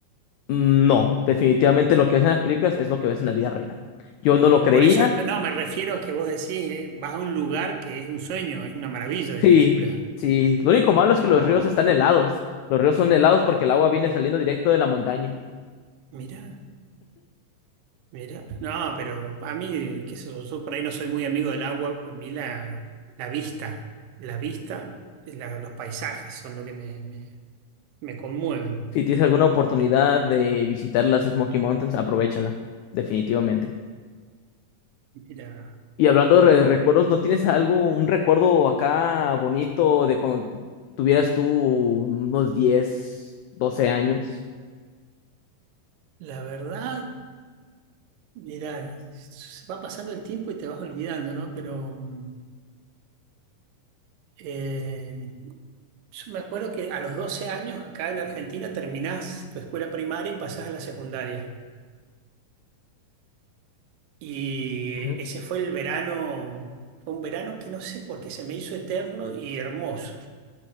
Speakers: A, on the left (about 85°); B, on the right (about 80°).
A: No, definitivamente lo que ves en las películas es lo que ves en la vida real. Yo no lo creía.
B: Por eso, no, me refiero a que vos decís, eh, vas a un lugar que es un sueño, es una maravilla de
A: Sí,
B: películas.
A: sí. Lo único malo es que
B: Oh,
A: los ríos están helados. Los ríos son helados porque el agua viene saliendo directo de la montaña.
B: mirá. Mira, no, pero a mí, qué sé yo, yo por ahí no soy muy amigo del agua, a mí la, la vista, la vista, eh, la- los paisajes son lo que me, me, me conmueven.
A: Si tienes alguna oportunidad de visitar las Smoky Mountains, aprovéchala, definitivamente.
B: Mira,
A: Y hablando de recuerdos, ¿no tienes algo, un recuerdo acá bonito de cuando tuvieras tú unos diez, doce años?
B: la verdad, mira, se va pasando el tiempo y te vas olvidando, ¿no? Pero mm, eh, yo me acuerdo que a los 12 años acá en Argentina terminás tu escuela primaria y pasás a la secundaria. Y
A: Ujú.
B: ese fue el verano, fue un verano que no sé por qué se me hizo eterno y hermoso,